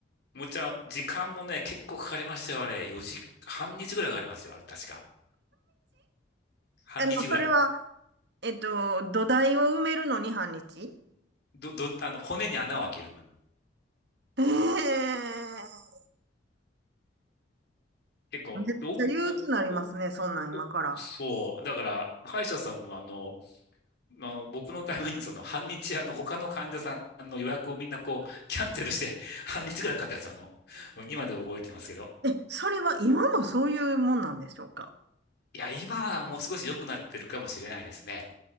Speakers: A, on the left; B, on the right.
A: むっちゃ、時間もね、結構かかりましたよ、あれ。4時、半日ぐらいかかりますよ、あれ、確か。半日ぐらい。
B: あの、それは、えっと、土台を埋めるのに半日
A: ど、ど、あの、骨に穴を開けるのに。
B: ええ
A: 結構、
B: めっちゃ憂鬱になりますね、
A: ど、な、お、
B: そんなん今から。
A: お、そう。だから、歯医者さんもあの、まあ、僕のためにその、半日、あの、他の患者さんの予約をみんなこう、キャンセルして、<laughs> 半日ぐらいかかったやつ、あの、今で覚えてますけど。
B: え、それは今もそういうもんなんでしょうか
A: いや、今はもう少し良くなってるかもしれないですね。